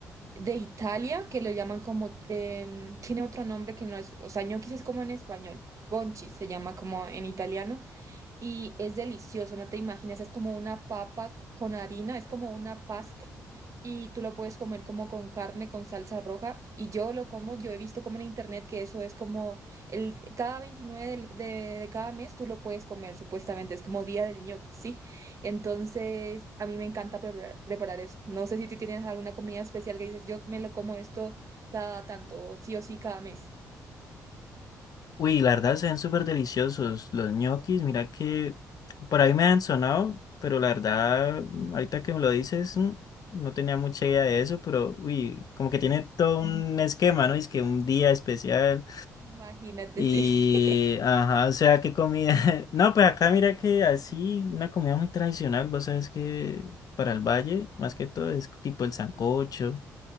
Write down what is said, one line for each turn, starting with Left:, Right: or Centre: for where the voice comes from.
Right: de Italia, que lo llaman como, em, tiene otro nombre que no es, o sea, ñoquis es como en español, gonchis se llama como en italiano y es delicioso, no te imaginas, es como una papa con harina, es como una pasta y tú lo puedes comer como con carne, con salsa roja y yo lo como, yo he visto como en internet que eso es como el cada 29 del- de, de cada mes tú lo puedes comer supuestamente, es como día del ñoqui, ¿sí? Entonces a mí me encanta preparar, preparar eso. No sé si tú tienes alguna comida especial que dices, yo me lo como esto cada tanto, sí o sí cada mes.
Left: Uy, la verdad se ven súper deliciosos los ñoquis. Mira que por ahí me han sonado, pero la verdad, ahorita que me lo dices, mm, no tenía mucha idea de eso, pero uy, como que tiene todo un esquema, ¿no? Es que un día especial
Right: Imagínate,
Left: y,
Right: sí. <laughs>
Left: ajá, o sea, qué comida. <laughs> No, pues acá mira que así, una comida muy tradicional, vos sabes que para el valle, más que todo, es tipo el sancocho,